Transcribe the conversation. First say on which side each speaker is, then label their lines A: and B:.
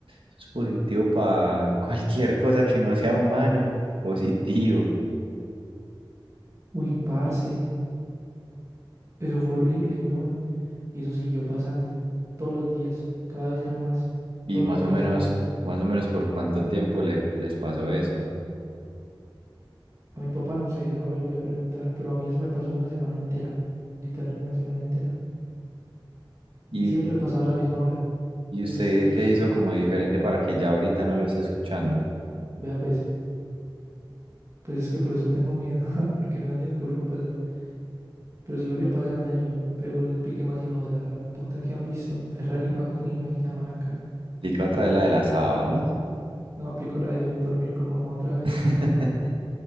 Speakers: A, on the right; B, on the right.
A: Eso es positivo para cualquier cosa que no sea humano, positivo.
B: Uy, parce, eso fue horrible, güey. Y eso siguió pasando todos los días, cada vez era más,
A: Y
B: todos
A: más
B: los días
A: o menos,
B: pasaba.
A: más o menos por cuánto tiempo le, les pasó eso.
B: A mi papá no sé, yo no le volví a preguntar, pero a mí eso me pasó una semana entera, literal una semana entera.
A: ¿Y,
B: Y siempre pasaba a la misma hora.
A: y usted
B: Yo, sí- yo,
A: qué
B: s-
A: hizo como diferente para que ya ahorita no lo esté escuchando?
B: vea pues, pues es que por eso tengo miedo, <laughs> porque me da miedo que vuelva a pasar. Pero si vuelve a pasar, nea, yo pego el pique más hijo de la gran puta que han visto. <laughs> Ferrari McQueen me llaman acá.
A: Explica otra vez la de las sábanas.
B: No, aplico la de dormir con mamá otra vez.
A: <laughs>